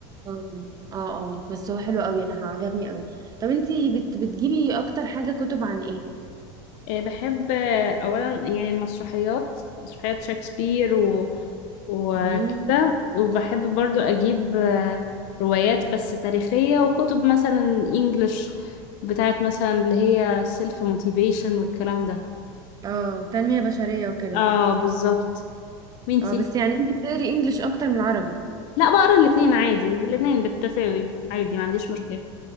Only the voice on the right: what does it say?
اه اه آه، بس هو حلو قوي انا عجبني قوي طب انتي بت بتجيبي اكتر حاجه كتب عن ايه
مم.
اه تنميه بشريه وكده
يعني
اه بس يعني انت بتقري انجليش اكتر من عربي